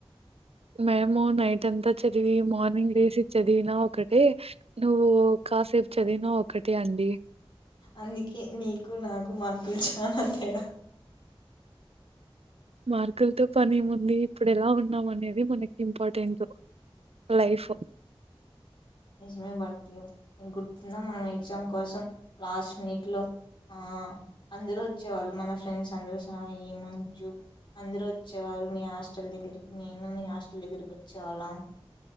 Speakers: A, on the right (about 80°); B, on the left (about 50°).
A: మేము నైట్ అంతా చదివి మార్నింగ్ లేసి చదివిన ఒకటే నువ్వు కాసేపు చదివినా ఒకటే అండి.
B: అందుకే నీకు నాకు మా కు చానా తెడా
A: మార్కులతో పని ఏముంది ఇప్పుడు ఎలా ఉన్నాం అనేదదె మనకి ఇంపార్టెంట్ లైఫ్
B: నిజమే భారతి నీకు గుర్తుంద మనం ఎగ్జామ్ కోసం లాస్ట్ మినిట్ లో ఆ అందరు వచ్చేవాళ్ళు మన ఫ్రెండ్స్ సందు స ఎ మంజూ అందరూ వచ్చేవారు మీ హాస్టల్ దగ్గరికి నేను మీ హాస్టల్ దగ్గరకి వచ్చేవాళ్ళం.